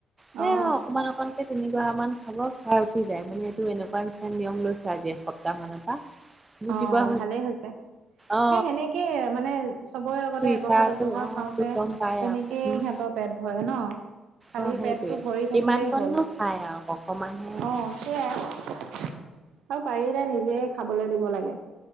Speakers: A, on the right; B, on the right.
A: <unintelligible>
B: অ
A: অকমান অকমানকে তিনি গহা মান খাব খাই উঠি যায় মানে। তো' এনেকুৱা নিচনা নিয়ম লৈছে আজি এসপ্তাহ মানৰ পৰা। বুজি
B: অ'
A: পোৱা
B: ভালেই হৈছে।
A: অ
B: সেই সেনেকেই মানে চবৰে লগতে
A: ইচ্ছাটো
B: এঘহা-দুগহা
A: অ
B: খাওঁতে
A: টো গম পাই
B: তেনেকেই
A: আৰু উম
B: সিহঁতৰ পেট ভৰে ন। খালি
A: অ সেইটোৱে
B: পেটটো ভৰি
A: কিমান
B: থাকিলেই
A: কণনো
B: হ'ল। অ'!
A: খাই আৰু অকমানহে আৰু
B: সেয়াই আৰু পাৰিলে নিজে খাবলৈ দিব লাগে।